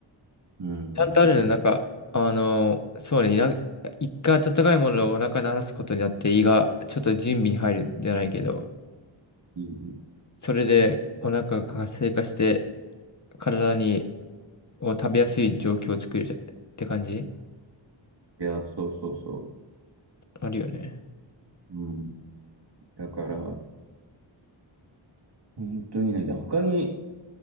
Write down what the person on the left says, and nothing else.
ちゃんとあるね。なんか、あのーそうね、いな一回温かいものをお腹にらすことによって胃がちょっと準備に入るんじゃないけど、
それでお腹が活性化して体にを食べやすい状況を作るじゃって感じ
あるよね。